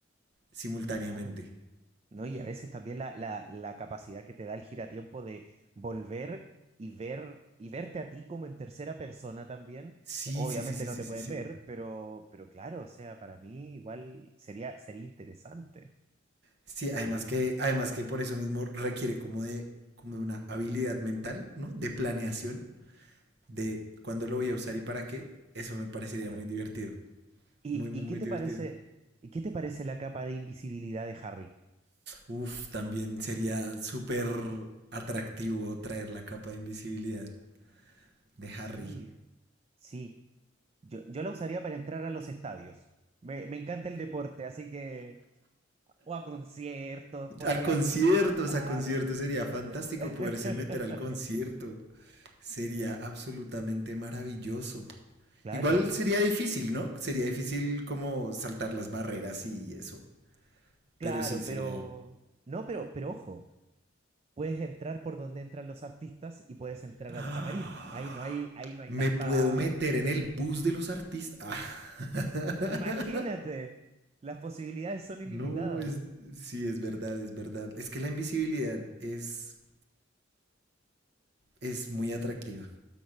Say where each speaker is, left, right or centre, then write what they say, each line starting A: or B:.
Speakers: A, on the right (about 55°); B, on the right (about 30°).
A: simultáneamente.
B: <laughs> claro. No, y a veces también la, la, la capacidad que te da el giratiempo de volver y ver y verte a ti como en tercera persona también.
A: Sí,
B: Obviamente
A: sí, sí, sí,
B: no
A: sí,
B: te
A: sí,
B: pueden
A: sí.
B: ver, pero, pero claro, o sea, para mí igual sería, sería interesante.
A: Sí,
B: Sí,
A: además que, además que por eso mismo requiere como de, como de una habilidad mental, ¿no? De planeación, de cuándo lo voy a usar y para qué. Eso me parecería
B: claro.
A: muy divertido.
B: ¿Y,
A: Muy, muy,
B: y qué
A: muy
B: te
A: divertido.
B: parece, y qué te parece la capa de invisibilidad de Harry?
A: Uf, también sería súper atractivo traer la capa de invisibilidad de Harry
B: Sí, sí. Yo, yo la usaría para entrar a los estadios. Me, me encanta el deporte, así que O a conciertos, podría,
A: A conciertos,
B: po- claro,
A: a conciertos sería fantástico
B: me- <laughs>
A: poderse meter al concierto. Sería absolutamente maravilloso.
B: claro,
A: Igual sería difícil, ¿no? Sería difícil como saltar las barreras y eso.
B: claro,
A: Pero sí, sería...
B: pero, no, pero, pero ojo, puedes entrar por donde entran los artistas y puedes
A: <gasps>
B: entrar
A: ¡Ah!
B: al camarín. Ahí no hay, ahí no hay
A: Me
B: tanta,
A: puedo meter en el bus de los artistas. Ah.
B: imagínate,
A: <laughs>
B: las posibilidades son ilimitadas.
A: No, es... Sí, es verdad, es verdad. Es que la invisibilidad es, es muy atractiva,